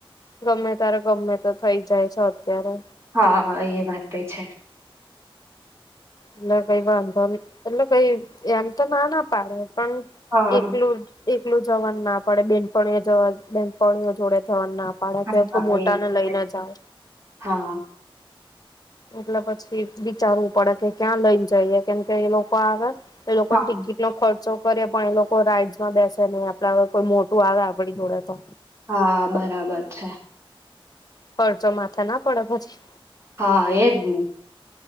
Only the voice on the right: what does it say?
હા, એ વાતય છે.
હા
હા
હા
એ માટે.
હા
હા
હા, બરાબર છે.
હા, એજ ને.